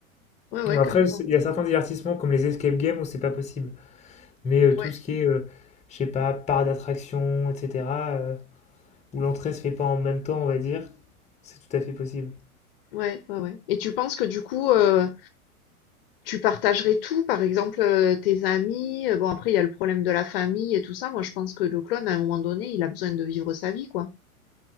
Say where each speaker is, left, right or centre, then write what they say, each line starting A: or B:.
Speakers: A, on the left; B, on the left.
A: ouais, ouais,
B: bon, après,
A: carrément.
B: c'est- il y a certains divertissements, comme les escape games, où c'est pas possible. Mais heu, tout
A: Ouais,
B: ce qui est, heu, je sais pas, parc d'attraction et cetera, heu, où l'entrée se fait pas en même temps, on va dire, c'est tout à fait possible.
A: ouais, ouais, ouais et tu penses que du coup, heu, tu partagerais tout? Par exemple, heu, tes amis, heu, bon après il y a le problème de la famille et tout ça. Moi je pense que le clone à un moment donné, il a besoin de vivre sa vie, quoi.